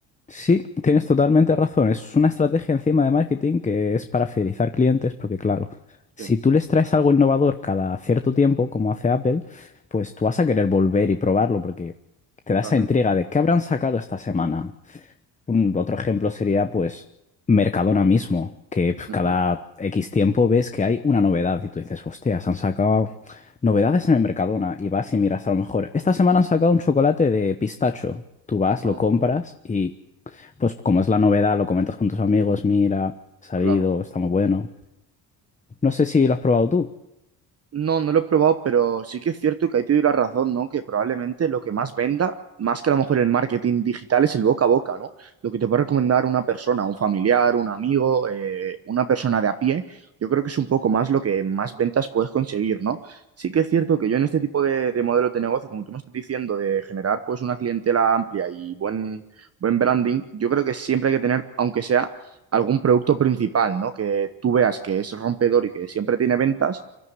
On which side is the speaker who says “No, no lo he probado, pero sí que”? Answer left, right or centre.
Right